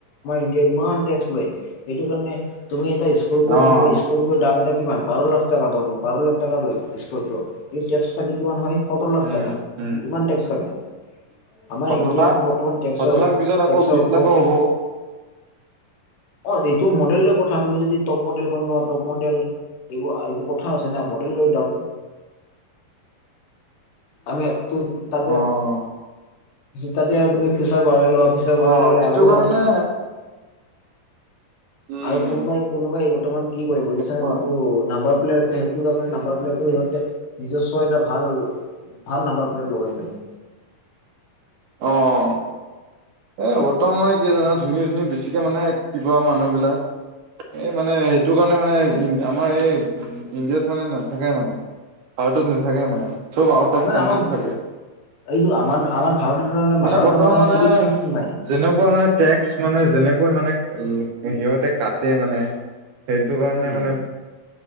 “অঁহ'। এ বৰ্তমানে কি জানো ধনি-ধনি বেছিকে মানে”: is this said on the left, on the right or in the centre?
Right